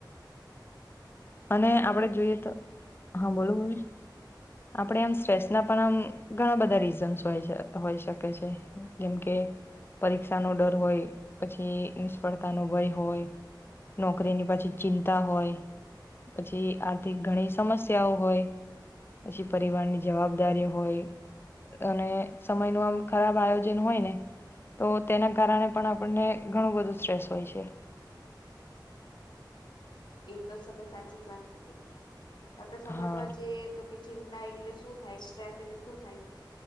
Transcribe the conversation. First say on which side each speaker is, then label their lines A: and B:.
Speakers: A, on the left; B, on the left.
A: અને આપડે જોઈએ તો હા બોલો બોલો આપણે આમ સ્ટ્રેસના પણ આમ ઘણા બધા રીઝન્સ હોઈ શકે છે જેમકે પરીક્ષાનો ડર હોય પછી નિષ્ફળતાનો ભય હોય નોકરીની પાછી ચિંતા હોય પછી આર્થિક ઘણી સમસ્યાઓ હોય પછી પરિવારની જવાબદારી હોય અને સમયનું આમ ખરાબ આયોજન હોય ને તો તેના કારણે પણ આપણને ઘણું બધું સ્ટ્રેસ હોય છે
B: એ તો તમે સાચી જ વાત કીધી આપડે સમજવા
A: હા
B: જઈએ તો કે ચિંતા એટલે શું થાય સ્ટ્રેસ એટલે શું થાય